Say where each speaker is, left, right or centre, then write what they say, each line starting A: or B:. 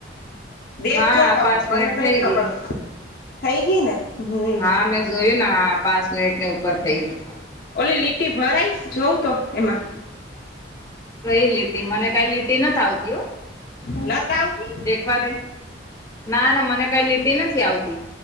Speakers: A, on the left; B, on the left.
A: દેખજો
B: હા
A: તમને
B: પાંચ
A: મને
B: મિનિટ
A: નઈ
B: થઈ
A: ખબર
B: ગઈ
A: થઈ ગઈ ને હમ
B: હા મેં જોયું ને હા પાંચ મિનિટ ની ઉપર થઈ ગયું
A: ઓલી લીટી ભરાઈશ જોઉં તો એમાં
B: કઈ લીટી મને કઈ લીટી નથી આવતી હો
A: નઠ આવતી
B: દેખવા દે ના ના મને કઈ લીટી નથી આવતી